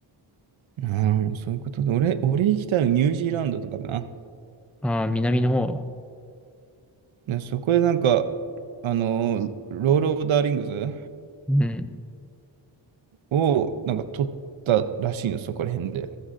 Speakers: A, on the right; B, in the centre.
A: なるほど、そういうことで。俺、俺行きたいのニュージーランドとかだな。
B: ああ、南の方。
A: ねそこでなんか、あのー、ロール・オブ・ダーリングズ
B: うん。
A: をなんか取ったらしいの、そこら辺で。